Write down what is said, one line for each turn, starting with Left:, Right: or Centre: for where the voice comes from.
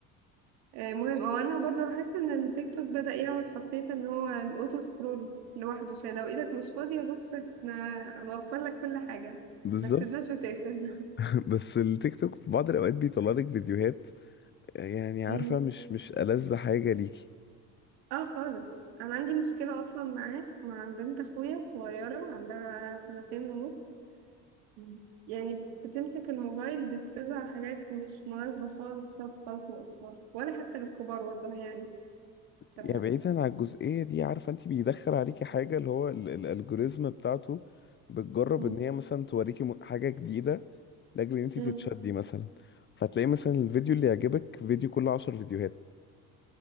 Right: آه، مهم هو انا برضه لاحظت ان التيك توك بدأ يعمل خاصية ان هو الاوتو سكرول لوحده عشان لو ايدك مش فاضية بص احنا هنوفر لك كل حاجة
Left: بالظبط
Right: ما تسيبناش وتقفل <laughs>
Left: <laughs> بس التيك توك في بعض الاوقات بيطلع لك فيديوهات يعني عارفه
Right: أمم.
Left: مش مش ألذ حاجه ليكي
Right: اه خالص انا عندي مشكلة اصلا معاه مع بنت اخويا صغيرة عندها سنتين ونص أمم. يعني بتمسك الموبايل بتظهر حاجات مش مناسبة خالص خالص خالص للأطفال ولا حتى للكبار والله يعني ف
Left: يعني بعيدا عن الجزئية دي عارفة انت بيدخل عليكي حاجة اللي هو ال- ال- الالجوريزم بتاعته بتجرب
Right: أمم.
Left: ان هي مثلا توريكي م- حاجة جديدة لاجل ان انت
Right: أمم.
Left: تتشدي مثلا فتلاقي مثلا الفيديو اللي يعجبك فيديو كله عشر فيديوهات